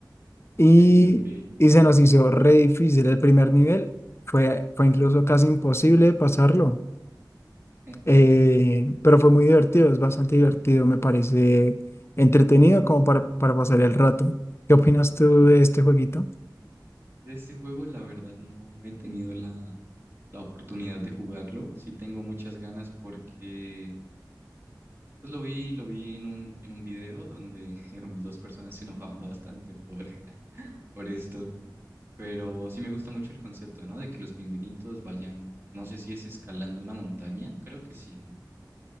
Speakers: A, on the left; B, on the right.
A: Y,
B: Ok, ok.
A: y se nos hizo re difícil el primer nivel. Fue, fue incluso casi imposible pasarlo.
B: Mm. <laughs>
A: Eh, pero fue muy divertido, es bastante divertido, me parece entretenido como para, para pasar el rato. ¿Qué opinas tú de este jueguito?
B: De este juego, la verdad, no he tenido la, la oportunidad de jugarlo. Sí tengo muchas ganas porque pues lo vi, lo vi en un, en un video donde <laughs> dos personas se enojaban bastante por, <laughs> por esto. Pero sí me gusta mucho el concepto, ¿no? De que los pingüinitos vayan, no sé si es escalando una montaña, creo que sí, ¿no?